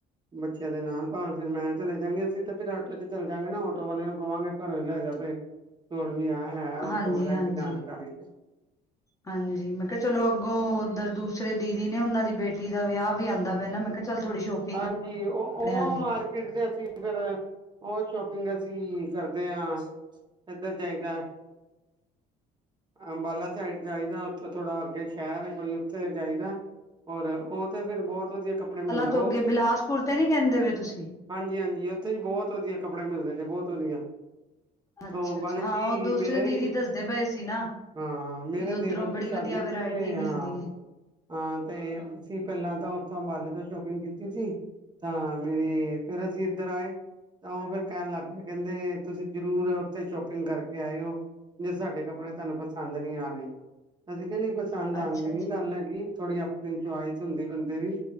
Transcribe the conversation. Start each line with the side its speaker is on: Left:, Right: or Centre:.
Right: ਬੱਚਿਆਂ ਦੇ ਨਾਲ ਭਾਵੇਂ ਫਿਰ ਮੈਂ ਚਲੇ ਜਾਂਗੇ, ਅਸੀਂ ਤੇ ਫਿਰ ਆਟੋ ਚ ਚਲੇ ਜਾਂਗੇ ਨਾ ਆਟੋ ਵਾਲੇ ਨੂੰ ਕਵਾਂਗੇ ਘਰੋਂ ਹੀ ਲੈ ਜਾ ਬਈ, ਤੁਰਣ - ਵੀ ਹਾਂ ਹੈ ਓਟੋ
Left: ਹਾਂਜੀ
Right: ਵਾਲਾ
Left: ਹਾਂਜੀ
Right: ਇੱਕ ਜਾਣਕਾਰੀ 'ਚ ।
Left: ਹਾਂਜੀ, ਮੈਂ ਕਿਹਾ ਚਲੋ ਅੱਗੋਂ ਉੱਧਰ ਦੂਸਰੇ ਦੀਦੀ ਨੇ ਉਹਨਾਂ ਦੀ ਬੇਟੀ ਦਾ ਵਿਆਹ ਵੀ ਆਉਂਦਾ ਪਿਆ ਨਾ, ਮੈਂ ਕਿਹਾ ਚੱਲ ਥੋੜੀ ਸ਼ੋਪਿੰਗ
Right: ਹਾਂਜੀ ਉਹ,
Left: ਕੱਪੜਿਆਂ
Right: ਉਹ
Left: ਦੀ
Right: ਮਾਰਕੀਟ ਤੇ ਅਸੀਂ ਫਿਰ ਉਹ ਸ਼ੋਪਿੰਗ ਅਸੀਂ ਕਰਦੇ ਹਾਂ ਇੱਧਰ ਜਾਈਦਾ ਅੰਬਾਲਾ ਸਾਈਡ ਜਾਈਦਾ, ਉੱਥੋਂ ਥੋੜਾ ਅੱਗੇ ਸ਼ਹਿਰ ਹੈ ਕੋਈ ਉੱਥੇ ਜਾਈਦਾ। ਔਰ ਉਹ ਤੇ ਫੇਰ ਬਹੁਤ ਵਧੀਆ ਕੱਪੜੇ
Left: ਪਹਿਲਾਂ
Right: ਮਿਲਦੇ
Left: ਤੋਂ
Right: ਆ ਓ
Left: ਅੱਗੇ ਬਿਲਾਸਪੁਰ ਤੇ ਨੀ ਕਹਿੰਦੇ ਪਏ ਤੁਸੀਂ?
Right: ਹਾਂਜੀ ਹਾਂਜੀ ਉੱਥੇ ਵੀ ਬਹੁਤ ਵਧੀਆ ਕੱਪੜੇ ਮਿਲਦੇ ਨੇ ਬਹੁਤ ਵਧੀਆ।
Left: ਅੱਛਾ
Right: ਤੋ
Left: ਅੱਛਾ
Right: ਬਲਕਿ,
Left: ਹਾਂ ਉਹ ਦੂਸਰੇ
Right: ਮੇਰੇ
Left: ਦੀਦੀ
Right: ਵੀ,
Left: ਦੱਸਦੇ ਪਏ ਸੀ ਨਾ
Right: ਹਾਂ ਮੇਰੇ
Left: ਕਿ ਉੱਧਰੋਂ
Right: ਦੇਵਰ ਦੀ
Left: ਬੜੀ
Right: ਸ਼ਾਦੀ
Left: ਵਧੀਆ ਵਰਾਇਟੀ
Right: ਸੀ ਤੇ
Left: ਮਿਲਦੀ
Right: ਹਾਂ,
Left: ਹੈ
Right: ਹਾਂ ਤੇ ਅਸੀ ਪਹਿਲਾਂ ਤਾਂ ਉੱਥੋਂ ਅੰਬਾਲੇ ਤੋਂ ਸ਼ੋਪਿੰਗ ਕੀ ਤੀ ਤਾਂ ਮੇਰੀ, ਫੇਰ ਅਸੀਂ ਇੱਧਰ ਆਏ ਤਾਂ ਉਹ ਫੇਰ ਕਹਿਣ ਲੱਗ ਗਏ ਕਹਿੰਦੇ ਤੁਸੀਂ ਜਰੂਰ ਉੱਥੇ ਸ਼ੋਪਿੰਗ ਕਰਕੇ ਆਏ ਹੋ ਜੇ ਸਾਡੇ ਕੱਪੜੇ ਤੁਹਾਨੂੰ ਪਸੰਦ ਨਹੀਂ ਆ ਰਹੇ। ਅਸੀਂ ਕੇ ਨੀ ਪਸੰਦ ਆਂਦ
Left: ਅੱਛਾ
Right: ਦੀ
Left: ਅੱਛਾ
Right: ਨੀ ਗੱਲ ਹੈਗੀ, ਥੋੜ੍ਹੀ ਅਪ ਆਪਣੀ ਚੋਇਜ਼ ਹੁੰਦੀ ਬੰਦੇ ਦੀ,